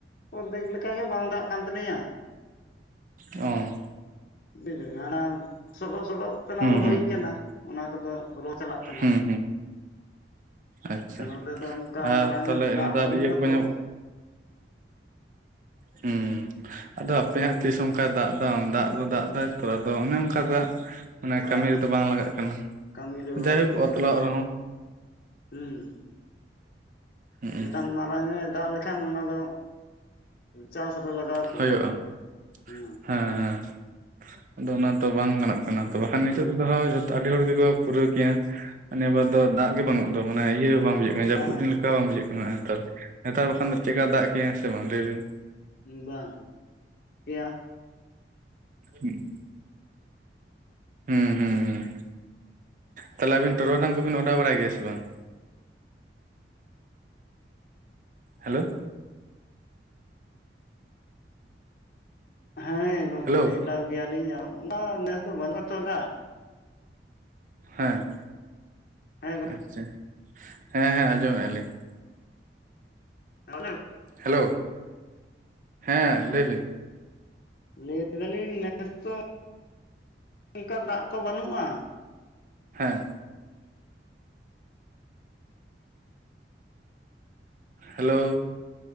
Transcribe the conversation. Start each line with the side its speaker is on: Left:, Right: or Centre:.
Left: ᱚᱨᱫᱷᱮᱠ ᱞᱮᱠᱟ ᱜᱮ ᱵᱟᱝ ᱫᱟᱜ ᱠᱟᱱ ᱛᱟᱹᱟᱞᱤᱧᱟ᱾
Right: ᱚ,
Left: ᱵᱤᱫ <unintelligible> ᱥᱚᱰᱚᱜ ᱥᱚᱰᱚᱜ ᱛᱮᱱᱟᱜ
Right: ᱦᱩᱸ
Left: ᱫᱚ
Right: ᱦᱩᱸ
Left: ᱦᱩᱭ ᱠᱟᱱᱟ ᱚᱱᱟ ᱠᱚᱫᱚ ᱨᱚ ᱪᱟᱞᱟᱜ ᱠᱟᱱᱟ᱾
Right: ᱦᱩᱸ ᱟᱪᱪᱷᱟ,
Left: ᱟᱨ ᱱᱚᱛᱮ ᱫᱚ ᱚᱱᱠᱟ
Right: ᱟᱨ
Left: ᱢᱟᱨᱟᱝ
Right: ᱛᱟᱦᱞᱮ
Left: ᱧᱚᱜ ᱫᱟᱜ
Right: ᱱᱮᱛᱟᱨ
Left: ᱵᱟᱹᱱᱩᱜᱼᱟ
Right: ᱤᱭᱟᱹ ᱠᱚᱠᱚ
Left: ᱛᱚ
Right: ᱧᱟᱢᱚᱜ ᱦᱩᱸ, ᱟᱫᱚ ᱦᱟᱯᱮ ᱦᱟᱸᱜ ᱛᱤᱥ ᱚᱱᱠᱟᱭ ᱫᱟᱜ ᱮᱫᱟ ᱫᱟᱜ ᱫᱚᱭ ᱫᱟᱜ ᱮᱫᱟ ᱛᱚ ᱟᱫᱚ ᱚᱱᱮ ᱚᱱᱠᱟ ᱫᱟᱜ᱾ ᱢᱟᱱᱮ
Left: ᱦᱮᱸ
Right: ᱠᱟᱹᱢᱤ ᱨᱮᱫᱚ ᱵᱟᱝ ᱞᱟᱜᱟᱜ ᱠᱟᱱᱟ᱾
Left: ᱠᱟᱹᱢᱤ ᱨᱮ ᱵᱟᱭ
Right: ᱡᱟᱭᱦᱳᱠ
Left: ᱮᱢᱫᱟ᱾
Right: ᱛᱚᱞᱟᱜ ᱨᱮᱦᱚᱸ
Left: ᱦᱩᱸ,
Right: ᱦᱩᱸ
Left: ᱢᱤᱫᱴᱟᱝ ᱢᱟᱨᱟᱝ ᱧᱚᱜ ᱮ ᱫᱟᱜ ᱞᱮᱠᱷᱟᱱ ᱚᱱᱟ ᱫᱚ ᱪᱟᱥ ᱨᱮ ᱞᱟᱜᱟᱣ ᱠᱚᱜᱼᱟ᱾
Right: ᱦᱩᱭᱩᱜᱼᱟ᱾ ᱦᱮᱸ
Left: ᱦᱮᱸ
Right: ᱦᱮᱸ, ᱟᱫᱚ ᱚᱱᱟ ᱛᱚ ᱵᱟᱝ ᱜᱟᱱᱚᱜ ᱠᱟᱱᱟ ᱛᱚ ᱵᱟᱠᱷᱟᱱ ᱱᱤᱛᱚᱜ ᱛᱮᱫᱚ ᱦᱳᱭᱡᱷᱚᱛᱚ ᱦᱚᱸ ᱟᱹᱰᱤ ᱦᱚᱲ ᱜᱮᱠᱚ ᱯᱩᱨᱟᱹᱣ ᱠᱮᱭᱟ᱾ ᱱᱤᱭᱟᱹᱵᱟᱨ ᱫᱚ ᱫᱟᱜ ᱜᱮ ᱵᱟᱹᱱᱩᱜ ᱫᱚ ᱢᱟᱱᱮ ᱤᱭᱟᱹ ᱦᱚᱸ ᱵᱟᱝ ᱵᱟᱡᱟᱹᱜ᱾ ᱡᱟᱹᱯᱩᱫ
Left: ᱦᱮᱸ
Right: ᱫᱤᱱ ᱞᱮᱠᱟ ᱦᱚᱸ ᱵᱟᱝ ᱵᱩᱡᱷᱟᱹᱜ ᱡᱟᱹᱯᱩᱫ ᱫᱤᱱ ᱞᱮᱠᱟ ᱠᱟᱱᱟ ᱦᱮᱸᱜ-ᱮ ᱦᱮᱜ ᱱᱮᱛᱟᱨ᱾ ᱱᱮᱛᱟᱨ ᱵᱟᱠᱷᱟᱱ ᱫᱚ ᱪᱮᱫᱠᱟ ᱫᱟᱜ ᱠᱮᱜᱭᱼᱟ ᱥᱮ ᱵᱟᱝ ᱞᱟᱹᱭᱵᱤᱱ?
Left: ᱵᱟᱝ <unintelligible>
Right: ᱦᱩᱸ᱾ ᱦᱩᱸ, ᱦᱩᱸ ᱦᱩᱸ, ᱛᱟᱦᱞᱮ ᱟᱵᱤᱱ ᱴᱚᱨᱚᱜᱰᱟᱝ ᱠᱚᱵᱤᱱ ᱚᱰᱟᱣ ᱵᱟᱲᱟᱭ ᱜᱮᱭᱟ ᱥᱮ ᱵᱟᱝ? ᱦᱮᱞᱳ᱾
Left: ᱦᱮᱸ ᱜᱚᱝᱠᱮ
Right: ᱦᱮᱞᱳ
Left: ᱮᱰᱟᱣ ᱜᱮᱭᱟ ᱞᱤᱧ ᱚᱱᱟ ᱱᱮᱥ ᱫᱚ ᱵᱟᱹᱱᱩᱜᱼᱟ ᱛᱚ ᱫᱟᱜ᱾
Right: ᱦᱮᱸ
Left: ᱦᱮᱸ ᱜᱚᱝᱠᱮ
Right: ᱟᱪᱪᱷᱟ ᱦᱮᱸ, ᱦᱮᱸ ᱟᱸᱡᱚᱢᱮᱫᱼᱟ ᱞᱤᱧᱺ
Left: <unintelligible>
Right: ᱦᱮᱞᱳ, ᱦᱮᱸ ᱞᱟᱹᱭ ᱵᱤᱱ᱾
Left: ᱞᱟᱹᱭ ᱮᱫᱟ ᱞᱤᱧ ᱱᱮᱥ ᱫᱚ ᱚᱱᱠᱟ ᱫᱟᱜ ᱠᱚ ᱵᱟᱹᱱᱩᱜᱼᱟ᱾
Right: ᱦᱮᱸ᱾ ᱦᱮᱞᱳ᱾